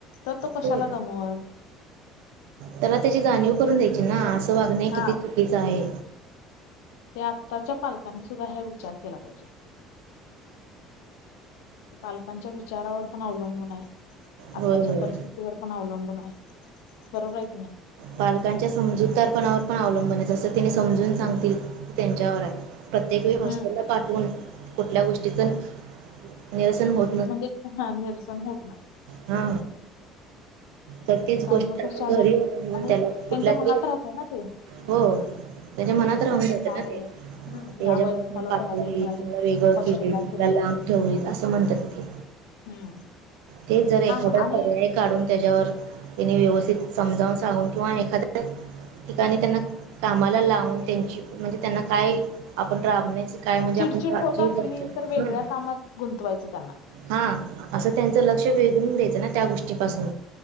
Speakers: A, on the left; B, on the right.
A: तर तो कशाला
B: हो
A: दमवल.
B: त्याला त्याची जाणीव करून द्यायची ना असं वागणं हे
A: हा
B: किती चुकीचं आहे
A: हे आत्ताच्या पालकांनी सुद्धा हे विचार केला पाहिजे पालकांच्या विचारावर पण अवलंबून हाय. आत्ताच्या
B: होय होय
A: परिस्थितीवर पण अवलंबून हाय, बरोबर आहे की नाही?
B: पालकांच्या समजूतारपणावर पण अवलंबन आहे असं तिने समजून सांगतील त्यांच्यावर हाय. प्रत्येक वेळी हॉस्टेलला
A: हम्म
B: पाठवून कुठल्या गोष्टीचं निरसन होत
A: म्हणजे हा निरसन होत न्हाय.
B: हा तर तीच
A: त्यामुळे
B: गोष्ट
A: कशाला
B: आपण घरी राहून
A: आणि
B: त्याला
A: त्यांच्या
B: कुठल्या
A: मनात
B: तरी
A: राहतय ना ते
B: हो त्याच्या मनात राहून
A: माझ्या
B: जातं
A: ह्या
B: ना
A: वयात
B: ते
A: हम्म ह्या
B: ह्याच्यामुळे
A: वयात मला
B: कापली
A: घरातून बाहेर
B: की वेगळं
A: हॉस्टेलला
B: केली.
A: ठेवलं
B: लांब ठेवल असं म्हणतात ते.
A: हम्म
B: ते जर एखादा
A: हा हा. आणि
B: पर्याय काढून त्याच्यावर त्यांनी व्यवस्थित समजावून सांगून किंवा एखाद्या ठिकाणी त्यांना कामाला लावून त्यांची म्हणजे त्यांना काय आपण राबण्या काय म्हणजे
A: चिडचिड
B: आपण काळजी
A: होत असली
B: करतो?
A: तर वेगळ्या
B: हम्म.
A: कामात गुंतवायचं त्यांना
B: हा. असं त्यांच लक्ष वेधून द्यायचं ना त्या गोष्टीपासून.